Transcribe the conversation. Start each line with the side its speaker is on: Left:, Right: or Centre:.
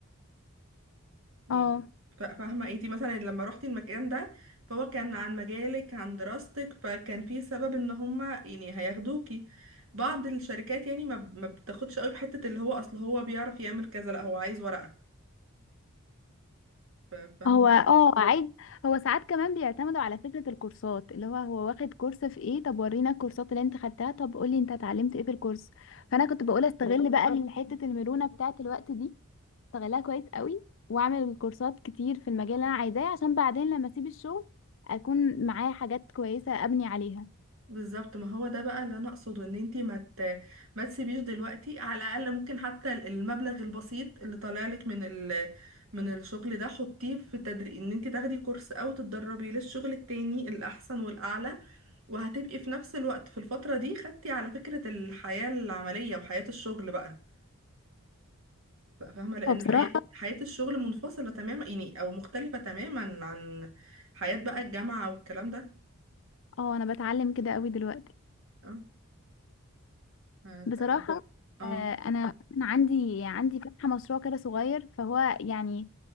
Right: يعني
Left: اه
Right: فا- فاهمة انتي مثلا لما روحتي المكان ده فهو كان عن مجالك عن دراستك فكان في سبب ان هما يعني هياخدوكي بعض الشركات يعني ما ما بتاخدش قوي بحتة اللي هو اصل هو بيعرف يعمل كذا لا هو عايز ورقة ف- فاهمة
Left: هو اه عيب هو ساعات كمان بيعتمدوا على فكرة الكورسات اللي هو هو واخد كورس في ايه طب ورينا الكورسات اللي انت خدتها طب قولي انت اتعلمت ايه في الكورس فانا كنت بقول استغل بقى <laughs> حتة المرونة بتاعة الوقت دي استغلها كويس قوي واعمل كورسات كتير في المجال اللي انا عايزاه عشان بعدين لما اسيب الشغل اكون معايا حاجات كويسة ابني عليها
Right: بالظبط ما هو ده بقى اللي انا اقصده ان انتي ما ت... ما تسيبيش دلوقتي على الاقل ممكن حتى المبلغ البسيط اللي طالع لك من ال... من الشغل ده حطيه في تدريب ان انتي تاخدي كورس او تتدربي للشغل التاني الاحسن والاعلى وهتبقي في نفس الوقت في الفترة دي خدتي على فكرة الحياة العملية وحياة الشغل بقى بقى فاهمة لان
Left: فبصراحة
Right: حياة حياة الشغل منفصلة تماما يعني او مختلفة تماما عن حياة بقى الجامعة والكلام ده
Left: اه انا بتعلم كده قوي دلوقتي
Right: اه آه،
Left: بصراحة
Right: فايه اه
Left: آه، أنا أنا عندي عندي فاتحة مشروع كده صغير فهو يعني